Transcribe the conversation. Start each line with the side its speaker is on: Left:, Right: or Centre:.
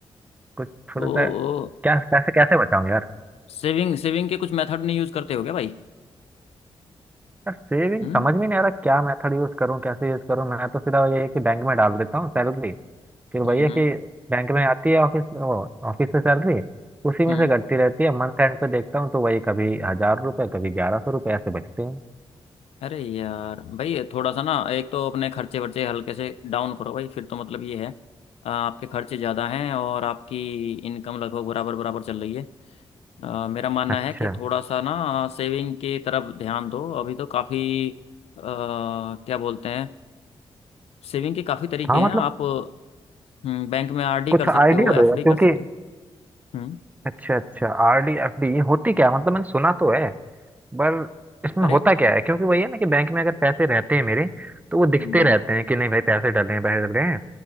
Right: कुछ थोड़ा
Left: ओ
Right: सा क्या पैसे कैसे बचाऊं यार
Left: सेविंग सेविंग के कुछ मेथड नहीं यूज करते हो क्या भाई
Right: यार सेविंग
Left: हम्म
Right: समझ में नहीं आ रहा क्या मेथड यूज करूँ कैसे यूज करूँ मैं तो सीधा यही है कि बैंक में डाल देता हूँ सैलरी फिर
Left: हम्म
Right: भैया
Left: हम्म
Right: कि बैंक में आती है ऑफिस वो ऑफिस से सैलरी उसी में
Left: हम्म।
Right: से कटती रहती है मंथ एंड पे देखता हूँ तो वही कभी हजार रुपए कभी ग्यारह सौ रुपए ऐसे बचते हैं
Left: अरे यार भाई थोड़ा सा ना एक तो अपने खर्चे वर्चे हल्के से डाउन करो भाई फिर तो मतलब ये है आ, आपके खर्चे ज़्यादा हैं और आपकी इनकम लगभग बराबर बराबर चल रही है आ, मेरा मानना
Right: अच्छा
Left: है कि थोड़ा सा ना सेविंग की तरफ ध्यान दो अभी तो काफ़ी क्या बोलते हैं सेविंग के काफ़ी तरीके
Right: हाँ
Left: हैं
Right: मतलब
Left: आप हम्म बैंक में आरडी
Right: कुछ
Left: कर सकते
Right: आइडिया
Left: हो एफडी
Right: दो यार क्योंकि
Left: कर सकते हो हम्म
Right: अच्छा अच्छा आर डी एफ डी होती क्या है? मतलब मैंने सुना तो है पर इसमें
Left: अरे
Right: होता क्या है क्योंकि वही है ना कि बैंक में अगर पैसे रहते हैं मेरे तो वो दिखते
Left: हम्म
Right: रहते हैं कि नहीं भाई पैसे डले हैं पैसे डले हैं